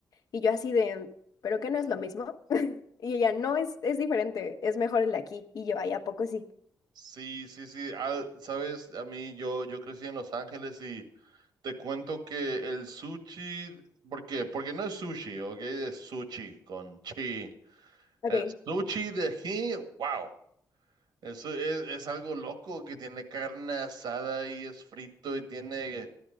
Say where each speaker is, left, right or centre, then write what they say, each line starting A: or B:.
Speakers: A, on the left; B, on the right.
A: Y yo así de, ¿pero qué no es lo mismo? <laughs> Y ella, no, es, es diferente, es mejor el de aquí. Y yo, ay, ¿a poco sí?
B: Sí, sí, sí. Ah, sabes, a mí yo, yo crecí en Los Ángeles y te cuento que el sushi, ¿por qué? Porque no es sushi, ¿ok? Es sushi con chi.
A: Ok.
B: El sushi de aquí, wow. Eso es, es algo loco que tiene carne asada y es frito y tiene